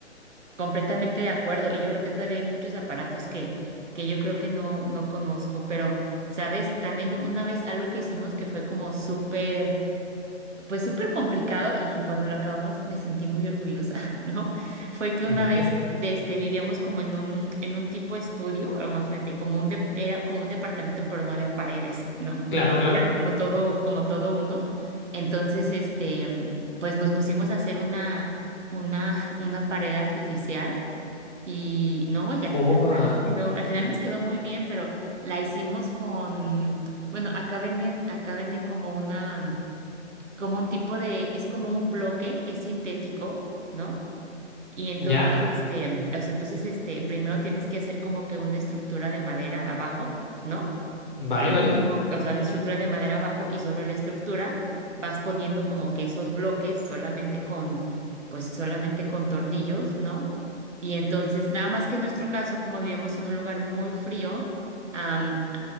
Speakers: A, on the right; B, on the left.
A: completamente de acuerdo. Y yo creo que todavía hay muchos aparatos que, que yo creo que no, no conozco, pero, ¿sabes? También una vez algo que hicimos que fue como súper pues súper complicado y cuando lo acabamos me sentí muy orgullosa, <laughs> ¿no? Fue que una
B: Ujú.
A: vez
B: Eh,
A: este, vivíamos como en un, en un tipo estudio, o imagínate, como un de- era como un departamento, pero no había paredes, ¿no?
B: claro, claro.
A: Era como todo, como todo uno. Entonces, este, pues nos pusimos a hacer una, una, una pared artificial. Y no, y al
B: Opa,
A: final nos quedó, al final nos quedó muy bien, pero la hicimos con, bueno, acá venden, acá venden como una, como un tipo de, es como un bloque que es sintético, ¿no? Y entonces,
B: ya,
A: este, o sea, entonces, este, primero tienes que hacer como que una estructura de madera abajo, ¿no?
B: vale,
A: Así
B: vale.
A: como, o sea, una estructura de madera abajo y sobre la estructura vas poniendo como que esos bloques solamente con, pues solamente con tornillos, ¿no? Y entonces, nada más que en nuestro caso, como vivíamos en un lugar muy frío, am,